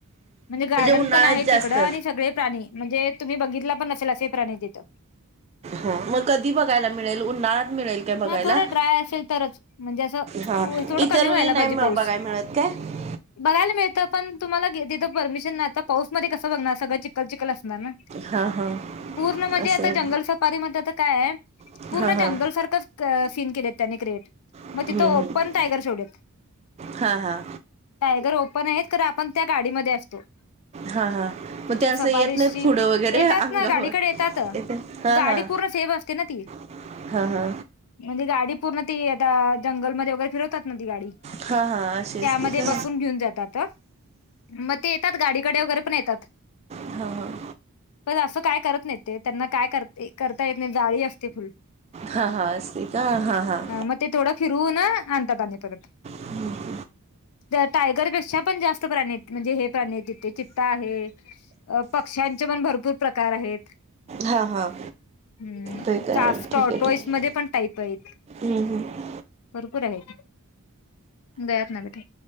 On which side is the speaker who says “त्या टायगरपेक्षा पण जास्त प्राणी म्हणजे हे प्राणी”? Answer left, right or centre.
Left